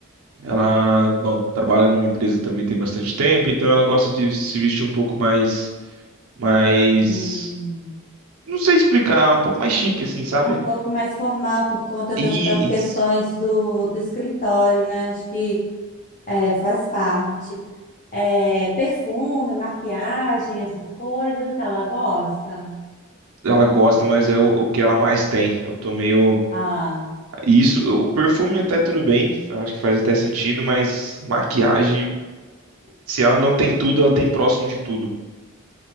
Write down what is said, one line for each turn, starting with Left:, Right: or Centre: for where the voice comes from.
Right: Ela, bom, trabalha numa empresa também tem bastante tempo, então ela gosta de se vestir um pouco mais, mais,
Left: Hum.
Right: não sei explicar, um pouco mais chique, assim, sabe?
Left: um pouco mais formal por conta
Right: E,
Left: das, das questões
Right: e
Left: do, do escritório, né? Acho que é, faz parte. É, perfume, maquiagem, essas coisas, ela gosta.
Right: ela gosta, mas é o, o que ela mais tem. Eu tô meio,
Left: Ah,
Right: isso, o perfume até tudo bem, eu acho que faz até sentido, mas maquiagem, se ela não tem tudo, ela tem próximo de tudo.